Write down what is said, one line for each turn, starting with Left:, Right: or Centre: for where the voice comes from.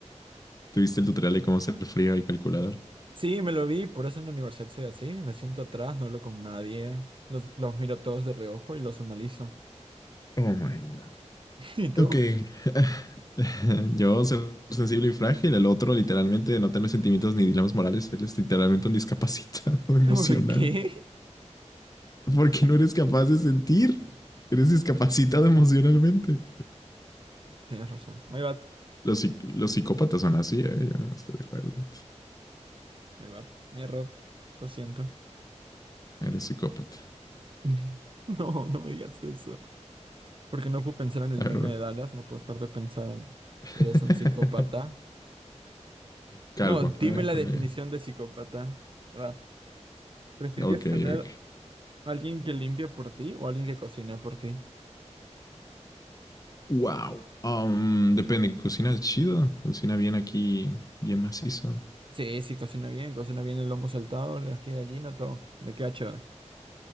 Left: ¿Te viste el tutorial de cómo ser frío y calculador?
Right: Sí, me lo vi, por eso en la universidad soy así. Me siento atrás, no hablo con nadie. Los, los miro todos de reojo y los analizo.
Left: Oh my God.
Right: ¿Y tú?
Left: Ok. <laughs> Yo ser sensible y frágil, el otro literalmente no tener sentimientos ni dilemas morales, él es literalmente un discapacitado <laughs> emocional.
Right: <laughs> ¿Por qué?
Left: Porque no eres capaz de sentir, eres discapacitado emocionalmente.
Right: Tienes razón. My bad,
Left: Los, psic- los psicópatas son así, ¿eh? Yo nomás te dejo adelante.
Right: my bad, mi error. Lo siento.
Left: Eres psicópata.
Right: <laughs> No, no me digas eso. Porque no puedo pensar en el
Left: A
Right: meme
Left: ver, bueno.
Right: de Dallas, no puedo dejar de pensar en...
Left: <laughs>
Right: ¿Eres un psicópata?
Left: Calvo.
Right: No, dime
Left: A ver,
Right: la
Left: con
Right: definición
Left: el-
Right: de psicópata. Ah, ¿Preferirías
Left: Ok, ok.
Right: tener a alguien que limpie por ti o alguien que cocina por ti?
Left: Wow. Um, depende, cocina chido, cocina bien aquí, bien macizo.
Right: Sí, sí, cocina bien, cocina bien el lomo saltado, la ají de gallina, todo. Me queda chévere.